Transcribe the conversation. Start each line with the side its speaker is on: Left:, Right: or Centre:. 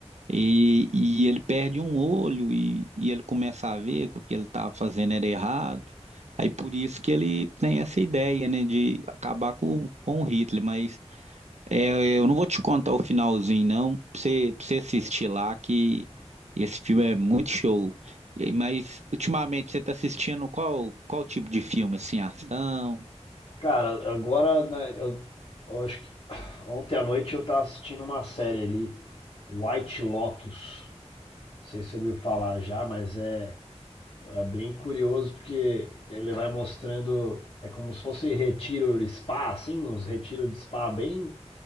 Right: E, e ele perde um olho e, e ele começa a ver que o que ele estava fazendo era errado, aí por isso que ele tem essa ideia, né, de acabar com, com o Hitler, mas. É, eu não vou te contar o finalzinho, não, pra você, pra você assistir lá, que esse filme é muito show. E- Mas, ultimamente, você tá assistindo qual, qual tipo de filme? Assim, ação?
Left: Cara, agora né, eu, eu acho que <sighs> ontem à noite eu tava assistindo uma série ali, White Lotus. Não sei se você ouviu falar já, mas é, é bem curioso porque ele vai mostrando. É como se fosse retiro de spa, assim, uns retiros de spa bem,